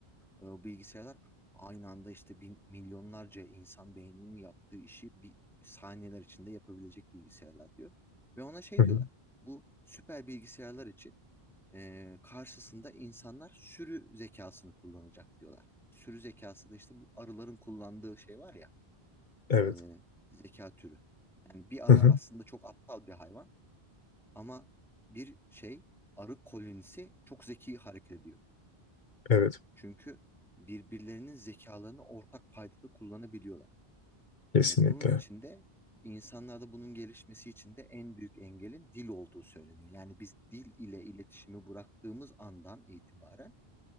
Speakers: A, in the centre; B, on the left (about 50°).
A: e, bilgisayarlar aynı anda işte bin, milyonlarca insan beyninin yaptığı işi bir saniyeler içinde yapabilecek bilgisayarlar diyor. Ve ona şey
B: Hı hı.
A: diyorlar. Bu süper bilgisayarlar için e, karşısında insanlar sürü zekasını kullanacak diyorlar. Sürü zekası da işte bu arıların kullandığı şey var ya
B: Evet.
A: e, zeka türü. Yani bir
B: Hı
A: arı
B: hı.
A: aslında çok aptal bir hayvan ama bir şey arı kolonisi çok zeki hareket ediyor.
B: Evet.
A: Çünkü birbirlerinin zekalarını ortak paydada kullanabiliyorlar.
B: Kesinlikle.
A: E, bunun için de insanlarda bunun gelişmesi için de en büyük engelin dil olduğu söyleniyor. Yani biz dil ile iletişimi bıraktığımız andan itibaren